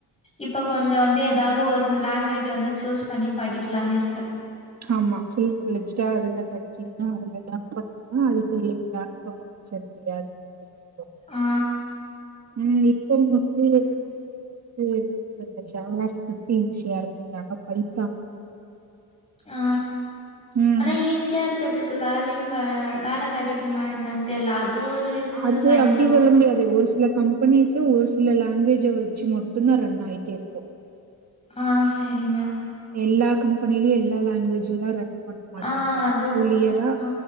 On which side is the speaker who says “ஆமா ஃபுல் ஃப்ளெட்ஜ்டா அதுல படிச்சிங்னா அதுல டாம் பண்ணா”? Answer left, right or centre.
Right